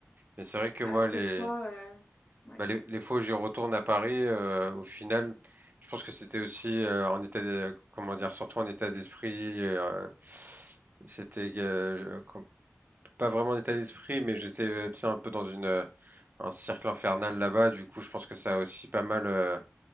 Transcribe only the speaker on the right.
Mais c'est vrai que
moi, les,
Bah, les, les fois où j'y retourne à Paris, euh, au final, je pense que c'était aussi euh, en état, de- comment dire, surtout en état d'esprit. euh, c'était euh, je- com- pas vraiment en état d'esprit, mais j'étais euh, tu sais, un peu dans une euh, un cercle infernal là-bas. Du coup, je pense que ça a aussi pas mal euh,